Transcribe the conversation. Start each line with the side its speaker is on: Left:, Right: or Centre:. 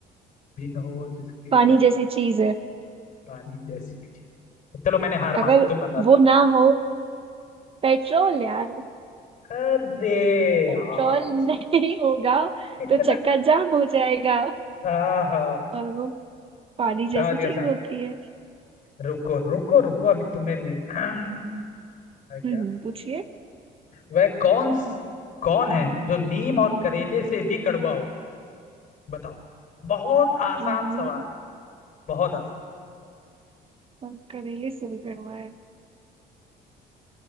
Left: बिन हो जिसके
Right: पानी
Left: चक्कर
Right: जैसी चीज है
Left: पानी जैसी मीठी चलो मैंने हार
Right: अगर
Left: मान ली तुम बता
Right: वो
Left: दो
Right: ना हो पेट्रोल यार
Left: अरे
Right: पेट्रोल
Left: यार
Right: <laughs> नहीं होगा
Left: इतना
Right: तो चक्का जाम हो जाएगा
Left: आहा
Right: और वो पानी जैसी
Left: समझ गया
Right: चीज
Left: समझ
Right: होती है
Left: रुको रुको रुको अभी तुम्हें भी अरे क्या
Right: हम्म पूछिए
Left: वह कौन कौन है जो नीम और करेले से भी कड़वा हो बताओ बहुत आसान
Right: हम्म,
Left: सवाल बहुत आसान
Right: कंकरेले से भी कड़वा है